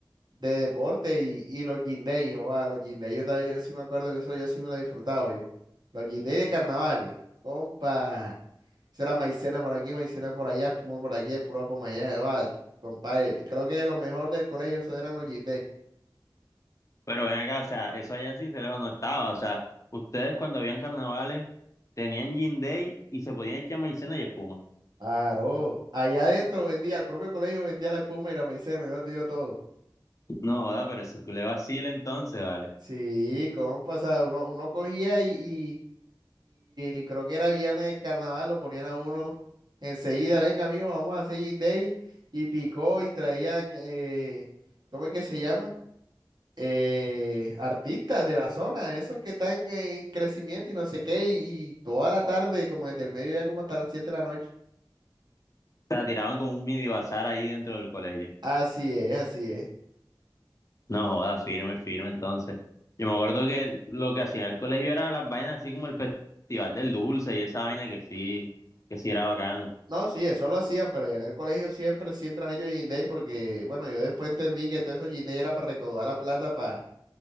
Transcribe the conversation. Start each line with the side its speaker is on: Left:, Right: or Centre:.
Right: de deporte y, y los guindey, o a los guindey, yo, ta- yo sí me acuerdo que eso yo sí me lo he disfrutado yo. Los guindey de carnavales, compa, eso era maicena por aquí, maicena por allá, espuma por aquí, puro por allá, oa, compa, eh, creo que lo mejor del colegio eso eran los guindey.
Left: Pero ven acá, o sea, eso allá en Cincelejo no estaba. O sea, ustedes cuando habían carnavales tenían Gin Day y se podían echar maicena y espuma.
Right: Claro, allá adentro vendía, el propio colegio vendía la espuma y la maicena, yo te digo todo.
Left: No, joda, pero eso le vacila entonces, vale. O
Right: Sí, compa, o sea, uno, uno cogía y, y Y creo que era viernes de carnaval, lo ponían a uno enseguida, venga amigos, vamos a hacer Gin Day. Y picó y traían, eh, ¿cómo es que se llama? Eh, artistas de la zona, esos que están en crecimiento y no sé qué, y, y toda la tarde, como desde el mediodía como hasta las 7 de la noche.
Left: sea, tiraban como un mini bazar ahí dentro del colegio.
Right: Así es, así es.
Left: No, joda, firme, firme entonces. Yo me acuerdo que lo que hacía el colegio era las vainas así como el Festival del Dulce y esa vaina que sí, que sí era bacano.
Right: No, sí, eso lo hacían, pero allá en el colegio siempre, siempre han hecho Gin Day porque, bueno, yo después entendí que todo eso Gin Day era para recaudar la plata para